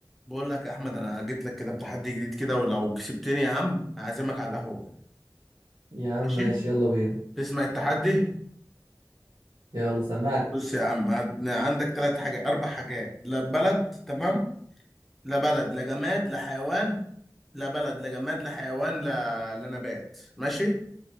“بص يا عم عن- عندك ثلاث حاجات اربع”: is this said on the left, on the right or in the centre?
Centre